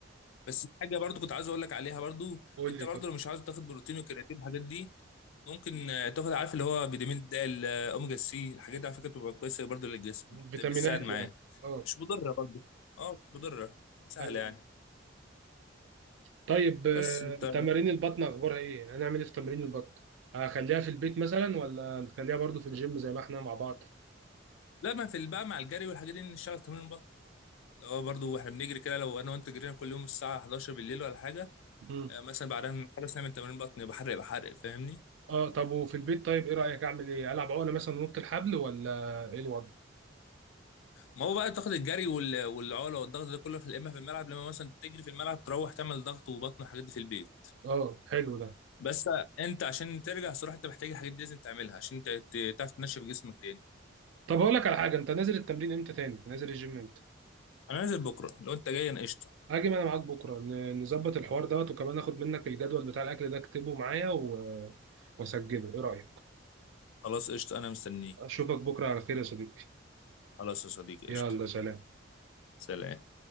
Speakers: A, on the left (about 80°); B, on the right (about 70°).
A: بس في حاجه برضه كنت عايز اقول لك عليها برضه
B: قول
A: انت
B: لي
A: برضه
B: طب
A: لو مش عاوز تاخد بروتين وكرياتين الحاجات دي ممكن آه، تاخد عارف اللي هو فيتامين د ال- آه، اوميجا سي الحاجات دي على فكره بتبقى كويسه برضه للجسم بت-
B: فيتامينات
A: بتساعد معاك
B: يعني اه
A: مش مضره برضه اه مش مضره سهله
B: ايوه
A: يعني
B: طيب آه،
A: بس انت
B: تمارين البطن اخبارها ايه هنعمل ايه في تمارين البطن هخليها في البيت مثلا ولا نخليها برضو في الجيم زي ما احنا مع بعض
A: لا ما في ال- بقى مع الجري والحاجات دي نشتغل تمرين بطن اللي هو برضه واحنا بنجري كده لو انا وانت جرينا كل يوم الساعه 11 بالليل ولا حاجه
B: مم.
A: آه، مثلا بعدها نخلص نعمل تمرين بطن يبقى حرق يبقى حرق فاهمني
B: اه طب وفي البيت طيب ايه رايك اعمل ايه العب عقله مثلا ونط الحبل ولا ايه الوضع
A: ما هو بقى تاخد الجري وال- والعقله والضغط ده كله في اما في الملعب لما مثلا تجري في الملعب تروح تعمل ضغط وبطن والحاجات دي في البيت
B: اه حلو ده
A: بس انت عشان ترجع صراحه انت محتاج الحاجات دي لازم تعملها عشان ت- ت- تعرف تنشف جسمك تاني
B: طب هقول لك على حاجه انت نازل التمرين امتى تاني نازل الجيم امتى
A: انا نازل بكره لو انت جاي انا قشطه
B: هاجي انا معاك بكره ن- نظبط الحوار دوت وكمان اخد منك الجدول بتاع الاكل ده اكتبه معايا و... واسجله ايه رايك
A: خلاص قشطه انا مستنيك
B: اشوفك بكره على خير يا صديقي
A: خلاص يا صديقي
B: يلا
A: قشطه
B: سلام
A: سلام